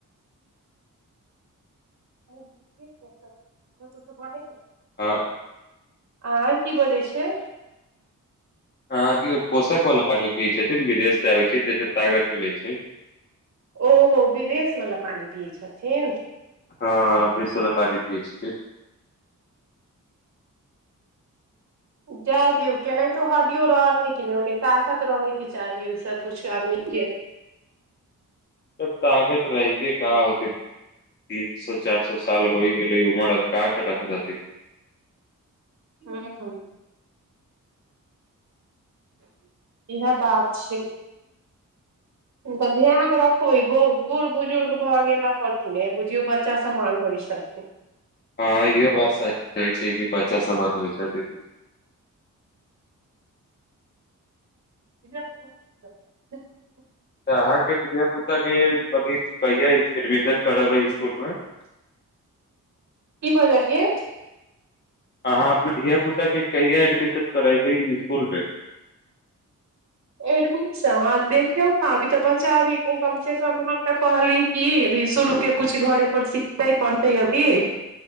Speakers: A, on the right (about 55°); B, on the left (about 30°).
A: <unintelligible>
B: हँ
A: आँय की बजै छियै?
B: अहाँके ओ पोषक वाला पानि पियै छथिन विदेशसँ आबैत छैय जहिसे तागत मिलैत छैय।
A: ओ विदेश वाला पानि पियै छथिन।
B: हँ बिस वला पानी पियै छथिन
A: जाय दियौ केनाहितो हडियो रहै कि नहि ओहिमे ताकत रहैके चाही ओहिसँ किुछु आदमीके
B: तब ताकत रहके का होते तीन सए चार सए साल होइ गेल लै उमर आ का करै के रहते
A: हँ ह <inaudible> इएह बात छै तऽ ध्यान रखब ई ब बूढ़ बुजुर्ग भऽ गेला पर कि नहि बुझियौ बच्चा समान होइत छथिन
B: हँ इहो बात सही कहै छियै कि बच्चा समान होय छथिन
A: <unintelligible>
B: तऽ अहाँके धिया पुता के अभी कहिआ एडमिशन करबै स्कूल मे
A: की बाजलियै
B: अहाँ अपना धिय पुता के कहिया एडमिशन करेबै इसकुलमे
A: एडमिशन देखियौ ने अभी तऽ बच्चा अभी कमसँ कम हम तऽ कहलियै कि अभी शुरूके किछु घरेपर सिखतै पढ़तै अभी